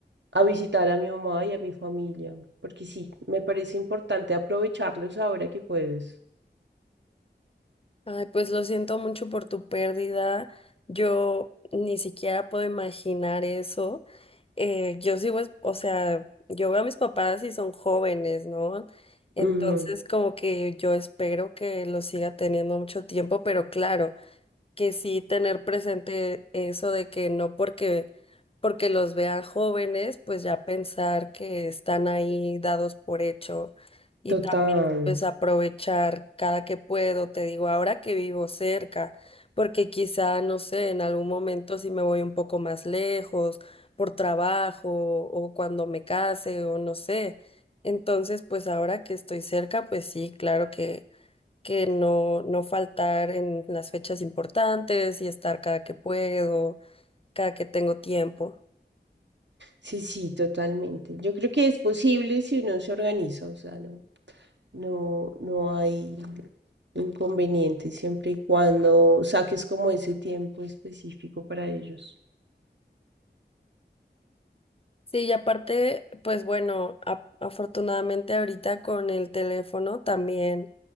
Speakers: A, on the right (about 75°); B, on the left (about 30°).
A: a visitar a mi mamá y a mi familia, porque sí, me parece importante aprovecharlos ahora que puedes.
B: Ay, pues lo siento mucho por tu pérdida. Yo ni siquiera puedo imaginar eso. eh, yo sigo, es- o sea, yo veo a mis papás y son jóvenes, ¿no? Entonces,
A: Ujú,
B: como que yo espero que los siga teniendo mucho tiempo, pero claro que sí tener presente eso de que no porque porque los vean jóvenes, pues ya pensar que están ahí dados por hecho y
A: Total.
B: también pues aprovechar cada que puedo, te digo, ahora que vivo cerca, porque quizá, no sé, en algún momento si me voy un poco más lejos por trabajo o cuando me case o no sé. Entonces, pues ahora que estoy cerca, pues sí, claro que que no, no faltar en las fechas importantes y estar cada que puedo, cada que tengo tiempo.
A: Sí, sí, totalmente. Yo creo que es posible si uno se organiza, o sea, no, no, no hay inconveniente siempre y cuando saques como ese tiempo específico para ellos.
B: Sí, y aparte, pues bueno, a- afortunadamente ahorita con el teléfono también,